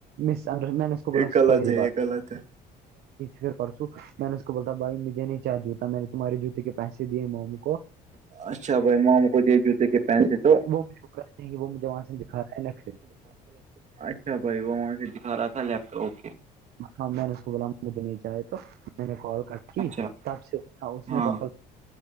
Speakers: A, on the right; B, on the right.
A: م میں نے اس کو بلا
B: یہ
A: س
B: غلط
A: میری
B: ہے
A: بات
B: یہ غلط ہے
A: پر پرسو میں نے اس کو بولتا بائی مجھے نہیں چا جوتا میں نے تمہارے جوتے کے پیسے دیے م
B: اچھا بھائی موم کو دے جوتے کے پین سے تو
A: وہ مجھے نہیں وہ مجھے وہاں سے دکھا رہا ہے نخرے
B: اچھا بھائی وہ وہ سے دکھا رہا تھا لیپ ٹاپ
A: ہاں میں نے اس کو ب نہیں چاہے تو میں نے کال کر کی
B: اچھا
A: تب سے اس
B: ہاں
A: کال